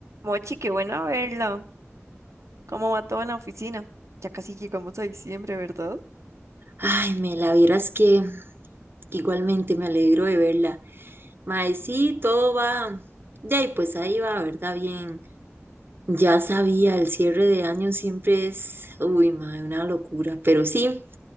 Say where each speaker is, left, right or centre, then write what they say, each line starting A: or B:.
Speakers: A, on the right; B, on the right.
A: Mochi, qué bueno verla. ¿Cómo va todo en la oficina? Ya casi llegamos a diciembre, ¿verdad?
B: Ay, me la vieras que igualmente me alegro de verla. Mae, sí, todo va. De ahí, pues ahí va, ¿verdad? Bien. Ya sabía, el cierre de año siempre es, uy, mae, una locura. Pero sí,